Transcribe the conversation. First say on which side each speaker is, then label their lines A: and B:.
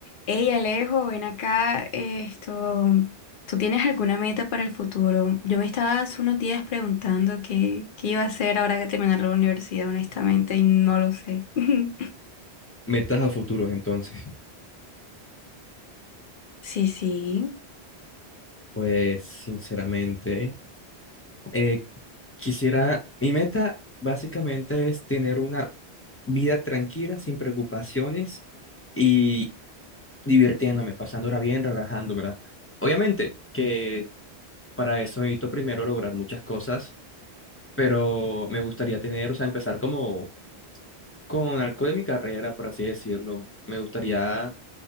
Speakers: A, on the left; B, on the left.
A: Hey Alejo, ven acá, esto, ¿tú tienes alguna meta para el futuro? Yo me estaba hace unos días preguntando qué, qué iba a hacer ahora que terminar la universidad, honestamente, y no lo sé. <laughs>
B: Metas a futuros, entonces.
A: Sí, sí,
B: Pues, sinceramente, eh, quisiera, mi meta básicamente es tener una vida tranquila, sin preocupaciones y divirtiéndome, pasándola bien, relajándome. ¿verdad? Obviamente que para eso necesito primero lograr muchas cosas, pero me gustaría tener, o sea, empezar como con algo de mi carrera, por así decirlo. Me gustaría